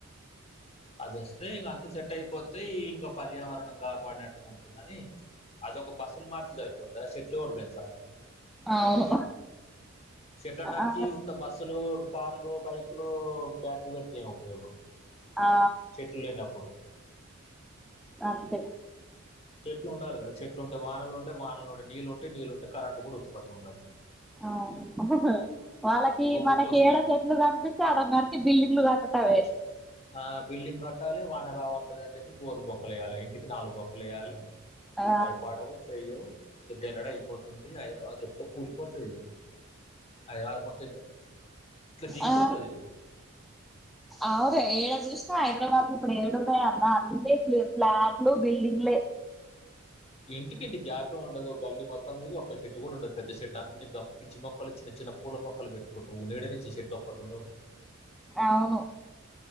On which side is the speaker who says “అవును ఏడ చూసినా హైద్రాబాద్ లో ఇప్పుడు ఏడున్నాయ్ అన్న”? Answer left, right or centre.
Centre